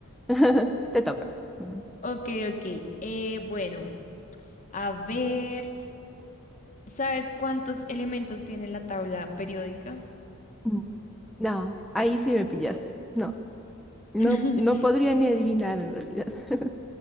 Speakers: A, in the centre; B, on the left.
A: <laughs> te toca. Ujú.
B: Ok, ok. Eh, bueno, a ver, ¿sabes cuántos elementos tiene la tabla periódica?
A: Mm. No, ahí sí me pillaste. No, no,
B: <laughs>
A: no podría ni adivinar en realidad. <laughs>